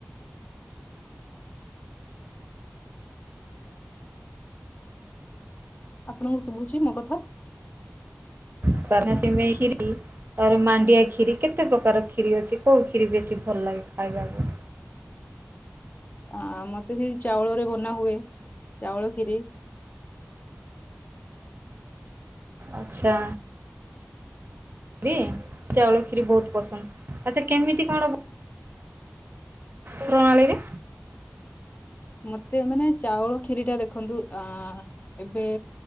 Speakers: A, on the left; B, on the right.
A: ଆପଣଙ୍କୁ ଶୁଭୁଛି ମୋ କଥା?
B: <unintelligible> ସିମେଇ କିରି ତାପରେ ମାଣ୍ଡିଆ ଖିରୀ କେତେ ପ୍ରକାର ଖିରୀ ଅଛି, କୋଉ ଖିରୀ ବେଶୀ ଭଲ ଲାଗେ ଖାଇବାକୁ?
A: ଆଁ ମତେ ସେଇ ଚାଉଳରେ ବନା ହୁଏ, ଚାଉଳ କ୍ଷୀରି।
B: ଆଚ୍ଛା। ଦିଏ, ଚାଉଳ କ୍ଷୀରି ବହୁତ ପସନ୍ଦ, ଆଚ୍ଛା କେମିତି କଣ? ପ୍ରଣାଳୀରେ।
A: ମତେ ମାନେ ଚାଉଳ ଖିରୀ ଟା ଦେଖନ୍ତୁ ଆଁ ଏବେ